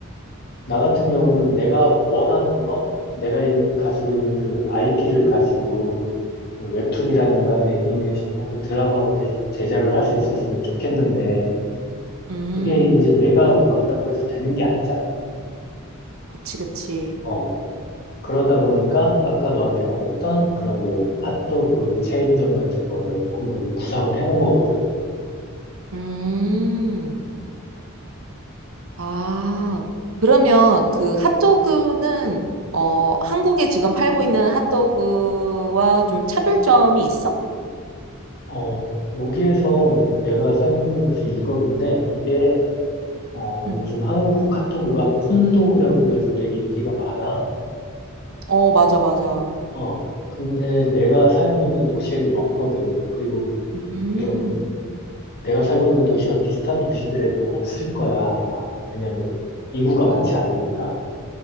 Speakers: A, on the left; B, on the right.
A: 나 같은 경우는 내가 원하는 건 내가 인- 가지고 있는 그 IP를 가지고 웹툰이라든가 애니메이션 혹은 드라마로 대- 제작을 할 수 있었으면 좋겠는데
B: 음,
A: 그게 이제 내가 원한다고 해서 되는 게 아니잖아.
B: 그치, 그치.
A: 어, 그러다 보니까 아까 너한테 말했던 그런 이런 핫도그 체인점 같은 거를 한번 구상을 해본 거거든.
B: 음. 아, 그러면 그 핫도그는 어, 한국에 지금 팔고 있는 핫도그와 좀 차별점이 있어?
A: 어, 여기에서 내가 살고 있는 곳이 유럽인데 이게 어,
B: 응.
A: 요즘 한국 핫도그가 콘도그라고 해가지고 되게 인기가 많아.
B: 어, 맞아, 맞아.
A: 어, 근데 내가 살고 있는 도시에는 없거든. 그리고
B: 음,
A: 이런 내가 살고 있는 도시와 비슷한 도시들에도 없을 거야, 아마. 왜냐면 인구가 많지
B: 어,
A: 않으니까.